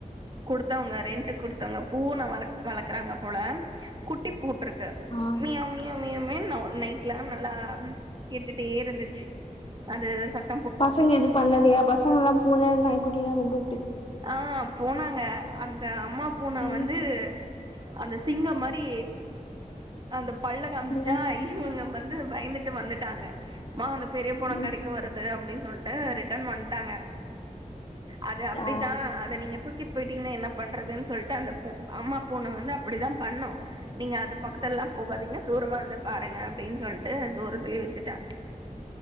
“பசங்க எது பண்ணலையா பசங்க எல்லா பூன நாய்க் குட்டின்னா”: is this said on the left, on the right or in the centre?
Left